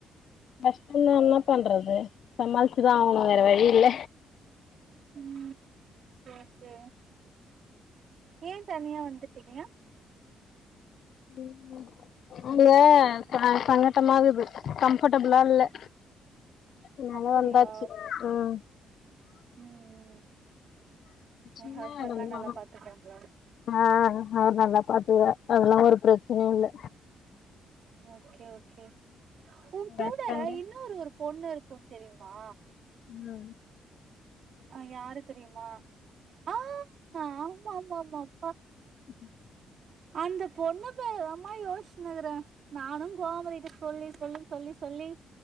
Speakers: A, on the left; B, on the right.
A: கஷ்டம்தா என்னாப் பண்றது சமாளிச்சுதா ஆகணு வேற வழி இல்ல
B: ம் ஓகே ஏன் தனியா வந்துட்டீங்க
A: ம் அங்க ச சங்கட்டமா இக்குது கம்ஃபட்டபிளா இல்ல
B: அப்
A: அதனால
B: அப்படியா
A: வந்தாச்சு ம்
B: ம் ம் உ
A: சின்ன
B: ஹஸ்பண்ட்
A: எடந்தா
B: எல்லா நல்லா பாத்துக்காங்களா
A: ஆ அவரு நல்லா பாத்துகாறாரு அதெல்லா ஒரு பிரச்சனயு இல்ல
B: ஓகே ஓகே உ கூட
A: ஹஸ்பண்டு
B: இன்னொரு ஒரு பொண்ணு இருக்கு தெரியுமா
A: அ
B: அ யாரு தெரியுமா ஆஹ் ஆமா ஆமா ஆமா அப்பா
A: உஹும்
B: அந்த பொண்ணு பேருதமா யோசினுக்கிறே நானு கோமதிட்ட சொல்லி சொல்லி சொல்லி சொல்லி